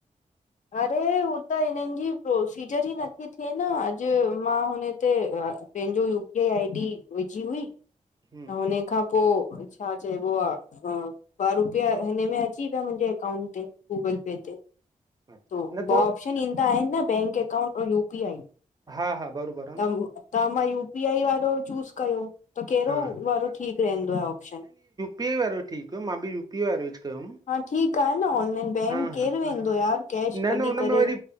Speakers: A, on the left (about 65°); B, on the right (about 30°).
A: अरे, हू त हिननजी प्रोसीजर ई नथी थिए न। अॼु मां हुनते पंहिंजो U P I, I D विझी हुई।
B: हम्म
A: उने खां पोइ। छा चइबो आहे। ॿ रुपिया हिन में अची विया। मुंहिंजे अकाउंट ते, गूगल पे ते।
B: अच्छा
A: तो
B: न
A: ॿ ऑप्शन ईंदा आहिनि न। बैंक अकाउंट और यूपी आई।
B: हा, हा बरोबर। आहे
A: त,
B: न
A: त मां यूपी आई वारो चूस कयो। त, कहिड़ो
B: हा
A: वारो ठीकु रहंदो आहे ऑपशन?
B: बे वारो ठीकु, मां बि बे वारो यूज़ कयो।
A: हा ठीकु आहे न ऑनलाइन बैंक
B: हा,
A: केरु
B: हा,
A: वेंदो
B: हा।
A: यार कैश
B: न,
A: कढी
B: न हुन
A: करे
B: में वरी